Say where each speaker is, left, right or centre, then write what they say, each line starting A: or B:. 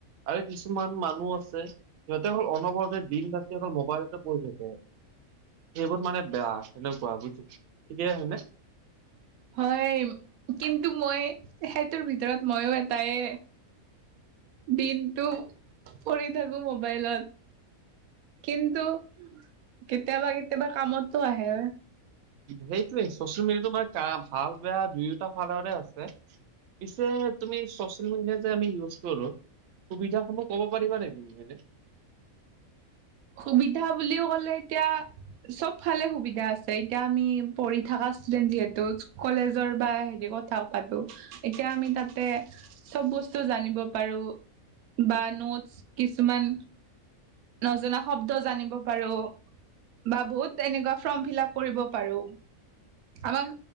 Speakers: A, on the right (about 65°); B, on the right (about 90°).
A: আৰু কিছুমান মানুহ আছে সিহঁতে অকল অনবৰতে দিন ৰাতি অকল মোবাইলতে পৰি থাকে সেইবোৰ মানে বেয়া সেনেকুৱা বুজিছ িকে হয় নে
B: হয় কিন্তু মই সেইটোৰ ভিতৰত মইো এটাই দিনটো কৰি থাকো মোবাইলত কিন্তু কেতিয়াবা কেতিয়াবা কামতো আহে
A: সেইটোোৱে চচিয়েল মিডিয়া তো মমাৰ ভাল বেয়া দুয়োটা ফালৰে আছে পিছে তুমি চচিয়েল মিডিয়া যে আমি ইউজ কৰো সুবিধাসমূহ ক'ব পাৰিবা নেকি মানে
B: সুবিধা বুলিও ক'লে এতিয়া চব ফালে সুবিধা আছে এতিয়া আমি পঢ়ি থকা ষ্টুডেন্ট যিহেতু কলেজৰ বা হেৰি থকাতটো এতিয়া আমি তাতে চব বস্তু জানিব পাৰো বা নোটছ কিছুমান নজনা শব্দ জানিব পাৰো বা বহুত এনেকুৱা ফৰ্ম ফিল আপ কৰিব পাৰো আমাক